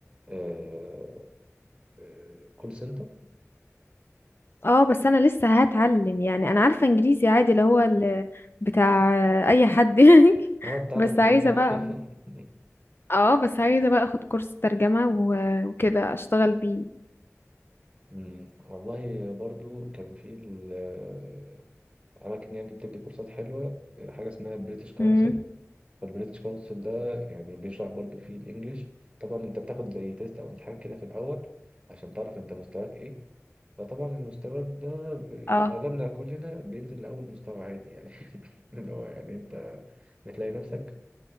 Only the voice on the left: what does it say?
اه بس انا لسه هتعلم يعني انا عارفة انجليزي عادي اللي هو ال- بتاع اي حد <laughs> يعني
بس
عايزة
بقى
اه بس عايزة بقى اخد كورس ترجمة و- وكده اشتغل بيه
امم
اه